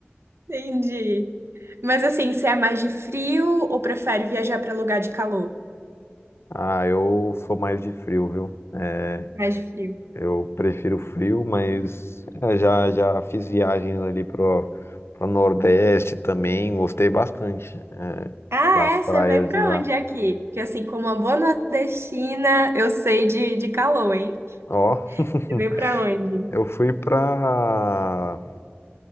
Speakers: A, on the right (about 80°); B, on the left (about 80°).
A: Entendi. Mas, assim, você é mais de frio ou prefere viajar para lugar de calor?
B: Ah, eu sou mais de frio, viu? É,
A: Mais de frio.
B: Eu prefiro frio, mas é, já já fiz viagens ali pro, pro Nordeste também, gostei bastante é,
A: Ah,
B: das
A: é?
B: praias
A: Você veio para
B: de lá.
A: onde aqui? Porque, assim, como uma boa nordestina, eu sei de, de calor, hein?
B: Ó, <laughs>
A: Você veio para onde?
B: eu fui pra